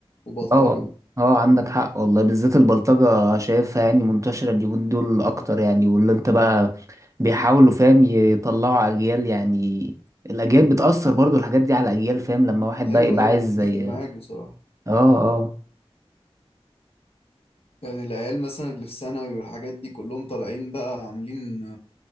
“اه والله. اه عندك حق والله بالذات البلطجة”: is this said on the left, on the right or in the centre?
Right